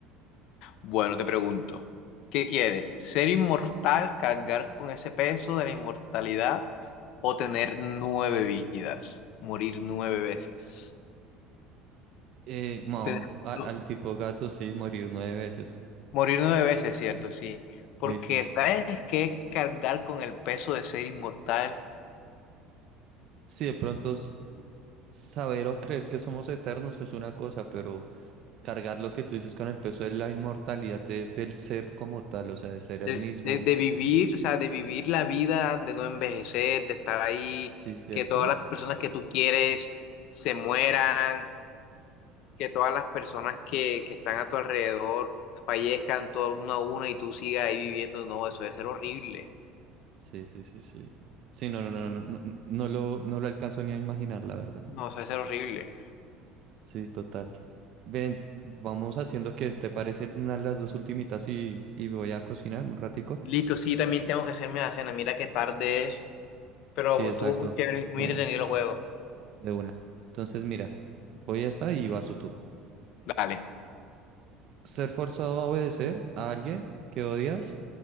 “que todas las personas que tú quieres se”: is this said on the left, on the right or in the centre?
Left